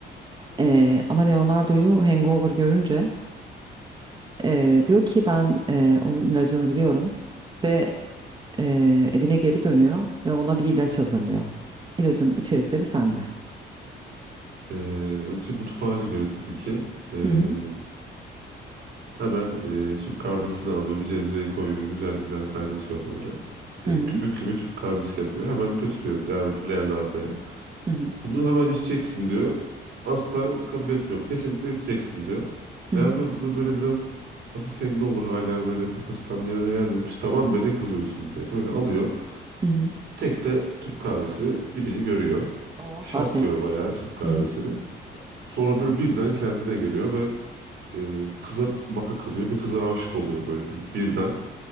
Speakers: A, on the right; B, on the right.
A: Ee, ama Leonardo'yu hangover görünce e, diyor ki ben e, onun ilacını biliyorum ve e, evine geri dönüyor ve ona bir ilaç hazırlıyor. İlacın içerikleri sende.
B: Ee, önce mutfağa giriyor tabii ki. Ee,
A: Hı hı.
B: hemen e, Türk kahvesini alıyor. Bir cezveye koyuyor. Güzel güzel kaynatıyor böyle. Ee,
A: Hı hı.
B: köpüklü bir Türk kahvesi yapıyor. Hemen götürüyor Leon- Leonardo'ya.
A: Hı hı.
B: Bunu hemen içeceksin diyor. Asla kabul etmiyorum. Kesinlikle içeceksin diyor.
A: Hı
B: Leonardo
A: hı.
B: da böyle biraz hafif hangover hala böyle kafası tam yerine gelmemiş. Tamam be ne kızıyorsun diye böyle alıyor.
A: Hı hı.
B: Tek de Türk kahvesini dibini görüyor.
A: Oh,
B: Şatlıyor
A: afiyet.
B: bayağı Türk kahvesini.
A: Hı hı.
B: Sonra böyle birden kendine geliyor ve e, kıza baka kalıyor ve kıza aşık oluyor böyle bir- birden.